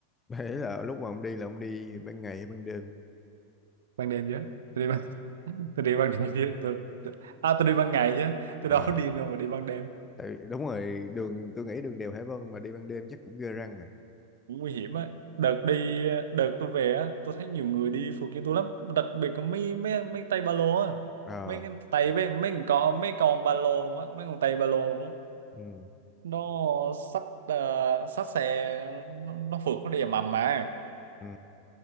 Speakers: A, on the left; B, on the right.
A: đấy là lúc mà ông đi là ông đi ban ngày hay ban đêm
B: ban đêm chứ tôi đi ban <laughs> tôi đi ban đêm chứ tôi, tôi, à tôi đi ban ngày chứ tôi
A: à
B: đâu có điên đâu mà đi ban đêm
A: tại đúng rồi đường tôi nghĩ đường đèo Hải Vân mà đi ban đêm chắc cũng ghê răng à
B: cũng nguy hiểm á đợt đi đợt tôi về á tôi thấy nhiều người đi phượt như tôi lắm đặc biệt có mấy mấy mấy tay ba lô á
A: à
B: mấy cái tay với mấy con con mấy con ba lô luôn á mấy con tay ba lô luôn á
A: ừ
B: nó xách ờ, xách xe nó, nó phượt nó đi ầm ầm mà
A: ừ